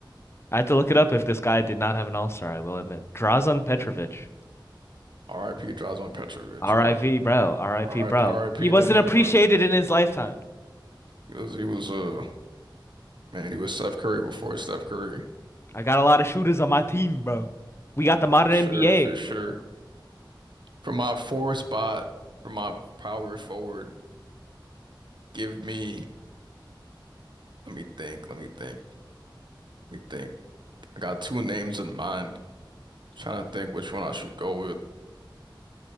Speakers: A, on the left; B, on the right.
A: I had to look it up if this guy did not have an all-star, I will admit. Drazen Petrovic.
B: R.I.P. Drazen Petrovic,
A: RIV,
B: bro.
A: bro. RIP,
B: R.I.P.
A: bro. He wasn't
B: to him,
A: appreciated
B: bro.
A: in his lifetime.
B: He was he was uh man, he was Steph Curry before Steph Curry.
A: I got a lot of shooters on my team, bro. We got the modern
B: For sure,
A: NBA
B: for sure.
A: with, uh,
B: For my four spot, for my power forward, give me let me think, let me think, let me think. I got two names in mind. Trying to think which one I should go with.